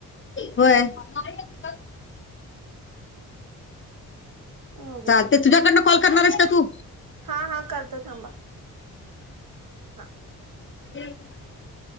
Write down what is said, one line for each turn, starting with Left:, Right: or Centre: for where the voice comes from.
Left: ुारेळा
Right: अवघड
Left: चाल
Right: आहे
Left: ते तुझ्याकडनं कॉल करणारस का तू
Right: हा हा करतो थांबा हा
Left: हम